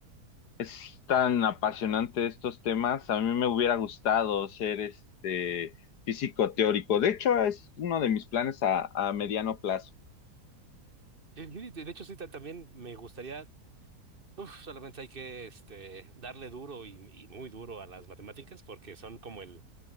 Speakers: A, on the left; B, on the right.
A: es tan apasionante estos temas. A mí me hubiera gustado ser este físico teórico. De hecho, es uno de mis planes a, a mediano plazo.
B: Sí, sí, De de hecho, sí, ta- también me gustaría Uf, solamente hay que este, darle duro y, y muy duro a las matemáticas porque son como el,